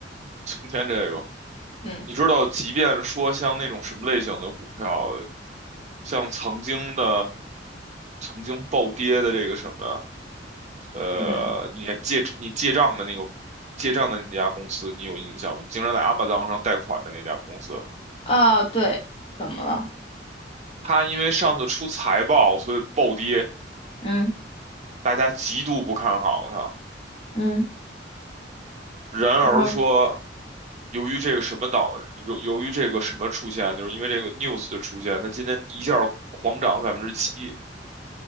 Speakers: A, on the right (about 40°); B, on the left (about 30°).
A: 今天这个，
B: 嗯
A: 你知道，即便说像那种什么类型的股票，像曾经的曾经暴跌的这个什么，呃，
B: 嗯，
A: 你借你借账的那个借账的那家公司，你有印象吗？你经常在阿 m a z 上贷款的那家公司，
B: 啊，对，怎么了？
A: 它因为上次出财报，所以暴跌。
B: 嗯
A: 大家极度不看好它。
B: 嗯。
A: 然而说，
B: 然后，
A: 由于这个什么导，由由于这个什么出现，就是因为这个 news 的出现，它今天一下儿狂涨百分之七。